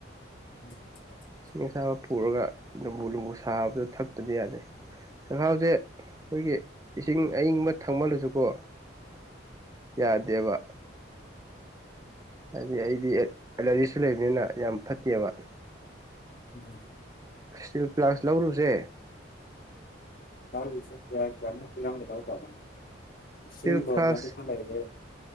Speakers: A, on the left; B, on the right.
A: ꯎꯝ
B: ꯏꯁꯤꯡ ꯑꯁꯥꯕ ꯄꯨꯔꯒ ꯅꯨꯝꯕꯨ ꯂꯨꯝꯕꯨ ꯁꯥꯕꯗꯣ ꯊꯛꯇꯗꯤ ꯌꯥꯗꯦ ꯆꯥꯛꯈꯥꯎꯁꯦ ꯑꯩꯈꯣꯏꯒꯤ ꯏꯁꯤꯡ ꯑꯏꯤꯡꯕ ꯊꯛꯃꯜꯂꯁꯨꯀꯣ ꯌꯥꯗꯦꯕ ꯍꯥꯏꯗꯤ ꯑꯩꯗꯤ ꯑꯦꯂꯔꯤꯖꯤꯁꯨ ꯂꯩꯕꯅꯤꯅ ꯌꯥꯝ ꯐꯠꯇꯦꯕ
A: ꯎꯝ
B: ꯏꯁꯇꯤꯜ ꯐ꯭ꯂꯥꯛꯁ ꯂꯧꯔꯨꯁꯦ
A: <unintelligible> ꯀꯌꯥ ꯀꯌꯥꯃꯨꯛ ꯄꯤꯔꯝꯒꯗꯕ ꯖꯥꯠꯅꯣ ꯏꯁꯤꯡ
B: ꯏꯁꯇꯤꯜ
A: ꯂꯣꯟꯅꯕꯁꯨ
B: ꯐ꯭ꯂꯥꯛꯁ
A: ꯂꯩꯔꯦ